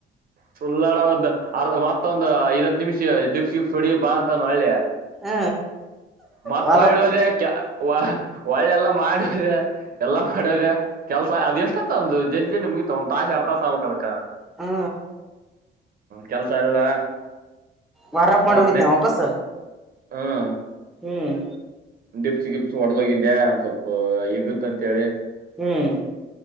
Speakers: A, on the right; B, in the centre.
A: ಚುಲ್ಲಾಡವದ್ದ ಅರ್ ಮತ್ತೊಂದು ಐವತ್ತು ನಿಮಿಷ ಡಿಪ್ಸ್ ಶಿಪ್ಸ್ ಹೊಡಿ ಬಾ ಅಂತಂದ ಒಳ್ಳೆ
B: ಹ
A: ಮತ್ುವದ
B: ವಾರಪ್ಪ
A: ವ ಒಳ್ಳೆಲ್ಲ ಮಾಡದೆ ಎಲ್ಲ ಮಾಡೋದೆ ಕೆಲ್ಸ ಅದು ಎಷ್ಟ ಆತ ಒಂದು ಜನ ಜನ್ ಮುಗಿತಾ ಒಂದ ತಾಸಷ ಎಡ್ ತಾಸ ಆಬೇಕ ಅದಕ
B: ಹ್ಮ
A: ಕೆಲ್ಸ ಎಲ್ಲ
B: ವಾರಪ್ ಮಾಡಿ
A: ಮತ್
B: ಹೋಗಿದ್ದ ವಾಪಸ್
A: ಹ್ಮ್
B: ಹ್ಮ್
A: ಡಿಪ್ಸ್ ಗಿಪ್ಸ್ ಹೊಡದೋಗಿದ್ದ್ಯಾ ಒಂದ ಸ್ವಲ್ಪ ಎಗುತ್ತ ಅಂತೇಳಿ
B: ಹ್ಮ್